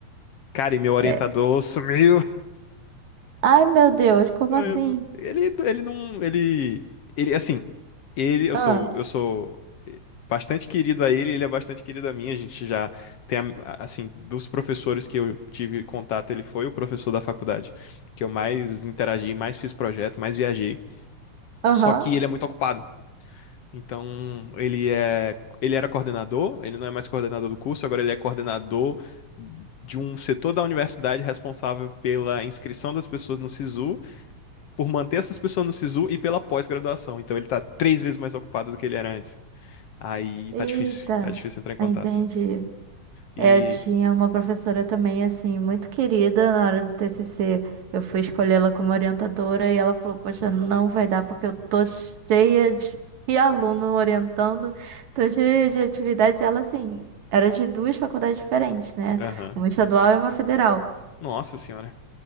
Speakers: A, on the left; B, on the right.
A: Cara, e meu orientador
B: É.
A: sumiu.
B: Ai, meu Deus, como
A: É,
B: assim?
A: Ele, ele não, ele, ele, assim, ele, eu
B: Ah,
A: sou, eu sou bastante querido a ele, ele é bastante querido a mim. A gente já tem, a- assim, dos professores que eu tive contato, ele foi o professor da faculdade que eu mais interagi, mais fiz projeto, mais viajei.
B: aham.
A: Só que ele é muito ocupado. Então, ele é, ele era coordenador, ele não é mais coordenador do curso, agora ele é coordenador de um setor da universidade responsável pela inscrição das pessoas no SISU por manter essas pessoas no SISU e pela pós-graduação. Então ele tá três vezes mais ocupado do que ele era antes. Aí
B: Eita,
A: tá difícil, tá difícil entrar em contato.
B: entendi.
A: E,
B: Eu tinha uma professora também, assim, muito querida na hora do TCC. Eu fui escolher ela como orientadora e ela falou: Poxa, não vai dar porque eu tô cheia de <laughs> de aluno orientando, tô cheia de atividades. E ela, assim, era de duas faculdades diferentes, né?
A: aham,
B: Uma estadual e uma federal.
A: Nossa senhora.